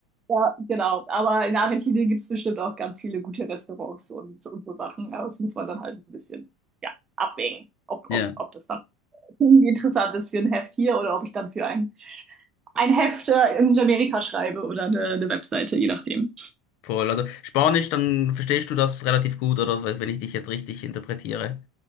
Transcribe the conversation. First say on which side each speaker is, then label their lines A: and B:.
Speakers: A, on the right (about 25°); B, on the left (about 60°).
A: Ja, genau. Aber in Argentinien gibt es bestimmt auch ganz viele gute Restaurants und, und so Sachen. Aber das muss man dann halt ein bisschen, ja, abwägen, ob,
B: Ja,
A: ob, ob das dann irgendwie interessant ist für ein Heft hier oder ob ich dann für ein, ein Heft äh, in Südamerika schreibe oder eine, eine Webseite, je nachdem.
B: voll. Also Spanisch, dann verstehst du das relativ gut, oder wenn ich dich jetzt richtig interpretiere.